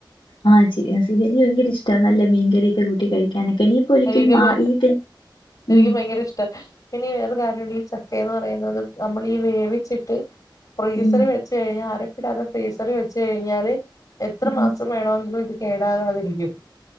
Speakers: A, on the left; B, on the left.
A: ആ എനിക്ക് ഭയങ്കര ഇഷ്ട നല്ല മീൻകറിയ ഒക്കെ കൂട്ടി കഴിക്കാനൊക്കെ ഒരിക്കലും
B: എനിക്കും ബ
A: ആ ഈ ടൈം
B: എനിക്കും
A: ഉം
B: ബയങ്കര ഇഷ്ടാ പിന്നെ വേറെ കാര്യം ഉണ്ട് ഈ ച ക്കെന്ന് പറയുന്നത് നമ്മൾ ഈ വേവിച്ചിട്ട് ഫ്രീസറി
A: ഉം
B: വച്ച് കഴിഞ്ഞാൽ അരപ്പിടാതെ ഫ്രീസറിൽ വെച്ച് കഴിഞ്ഞാല്, എത്ര
A: ഉം
B: മാസം വേണമെങ്കിലും ഇത് കേടാകാതിരിക്കും.